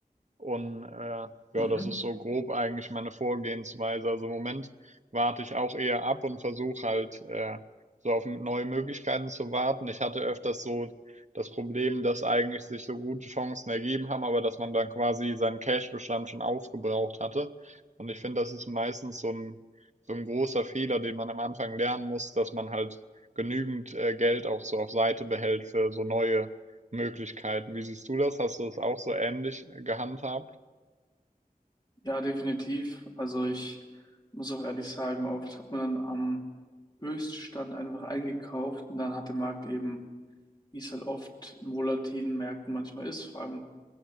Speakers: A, on the right (about 50°); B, on the left (about 30°).
A: Und äh, ja,
B: Mhm.
A: das ist so grob eigentlich meine Vorgehensweise. Also im Moment warte ich auch eher ab und versuche halt äh, so auf m- neue Möglichkeiten zu warten. Ich hatte öfters so das Problem, dass eigentlich sich so gute Chancen ergeben haben, aber dass man dann quasi seinen Cash-Bestand schon aufgebraucht hatte. Und ich finde, das ist meistens so ein, so ein großer Fehler, den man am Anfang lernen muss, dass man halt genügend äh, Geld auch so auf Seite behält für so neue Möglichkeiten. Wie siehst du das? Hast du das auch so ähnlich gehandhabt?
B: Ja, definitiv. Also ich muss auch ehrlich sagen, oft hat man dann am Höchststand einfach eingekauft und dann hat der Markt eben wie es halt oft in volatilen Märkten manchmal ist, vor allem